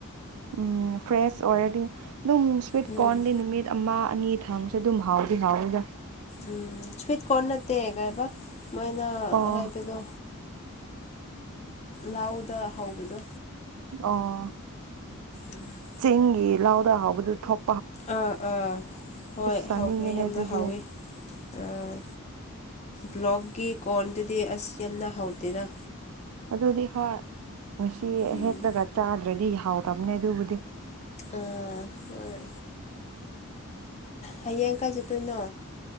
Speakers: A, on the right; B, on the left.
A: ꯎꯝ ꯐ꯭ꯔꯦꯁ ꯑꯣꯏꯔꯦꯗꯤ ꯑꯗꯨꯝ ꯁ꯭ꯋꯤꯠ
B: ꯎꯝ
A: ꯀꯣꯔꯟꯗꯤ ꯅꯨꯃꯤꯠ ꯑꯃ ꯑꯅꯤ ꯊꯝꯁꯨ ꯑꯗꯨꯝ ꯍꯥꯎꯗꯤ ꯍꯥꯎꯏꯗ
B: ꯎꯝ ꯁ꯭ꯋꯤꯠ ꯀꯣꯔꯟ ꯅꯠꯇꯦ ꯀꯩ ꯍꯥꯏꯕ ꯃꯣꯏꯅ
A: ꯑꯣ
B: ꯍꯥꯏꯕꯗꯣ ꯂꯥꯎꯗ ꯍꯧꯕꯥꯗꯣ
A: ꯑꯣ
B: ꯎꯝ
A: ꯆꯤꯡꯒꯤ ꯂꯥꯎꯗ ꯍꯥꯎꯕꯗꯨ ꯊꯣꯛ
B: ꯑꯥ ꯑꯥ ꯍꯣꯏ
A: ꯆꯥꯅꯤꯡꯉꯦꯅꯦ
B: ꯍꯥꯎꯈ꯭ꯔꯦ ꯌꯥꯝꯅ
A: ꯑꯗꯨꯗꯤ
B: ꯍꯥꯎꯋꯤ ꯑꯥ ꯕ꯭ꯂꯣꯛꯀꯤ ꯀꯔꯣꯟꯗꯨꯗꯤ ꯑꯁ ꯌꯥꯝꯅ ꯍꯥꯎꯇꯦꯅ
A: ꯑꯗꯨꯗꯤ ꯍꯣꯏ ꯉꯁꯤ
B: ꯎꯝ
A: ꯍꯦꯛꯂꯒ ꯆꯥꯗ꯭ꯔꯗꯤ ꯌꯥꯥꯎꯗꯕꯅꯦ ꯑꯗꯨꯕꯨꯗꯤ
B: ꯑꯥ ꯍꯣꯏ ꯍꯌꯦꯡ ꯀꯥꯏ ꯆꯠꯇꯣꯏꯅꯣ